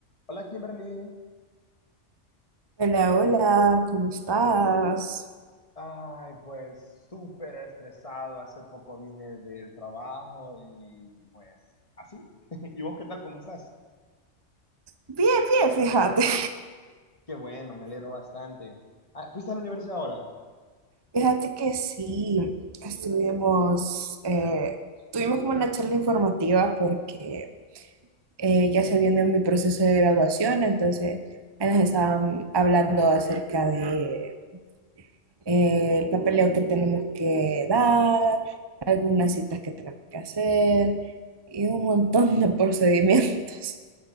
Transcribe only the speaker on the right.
Hola, hola, ¿cómo estás?
Bien, bien, fíjate. <laughs>
Fíjate que sí, estuvimos, eh, tuvimos como una charla informativa porque eh, ya se viene mi proceso de graduación, entonces ahí nos estaban hablando acerca de, eh, el papeleo que tenemos que dar, algunas citas que tenemos que hacer y un montón de <laughs> procedimientos